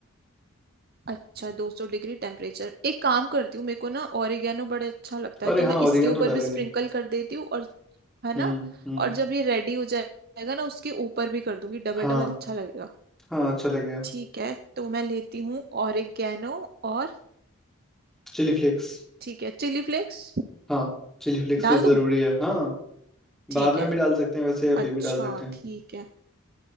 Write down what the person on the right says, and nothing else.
अच्छा 200 डिग्री टेम्परेचर एक काम करती हूँ मेरे को ना ओरिगेनो बड़े अच्छा लगता है
तो
मैं
इसके ऊपर
भी
स्प्रिंकल कर देती हूँ और है
ना
और जब ये रेडी हो जाएगा ना उसके ऊपर भी कर दूंगी डबल
डबल अच्छा लगेगा
ठीक है तो मैं लेती हूँ ओरिगेनो और
ठीक है चिली फ्लेक्स
डाल
दूँ
ठीक
है
अच्छा
ठीक है